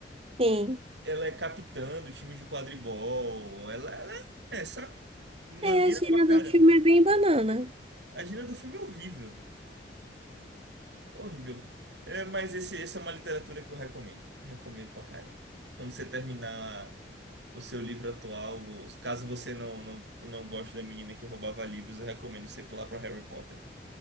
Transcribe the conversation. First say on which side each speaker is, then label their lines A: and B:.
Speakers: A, on the right; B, on the right.
A: Sim.
B: Ela é capitã do time de quadribol, ela, ela é essa maneira
A: É, a gíria
B: pra caramba.
A: do filme é bem banana.
B: A Gina do filme é horrível. Horrível. É, mas esse, essa é uma literatura que eu recomendo. Recomendo pra caramba. Quando você terminar o seu livro atual, ou caso você não, não, não goste da menina que roubava livros, eu recomendo você pular pra Harry Potter.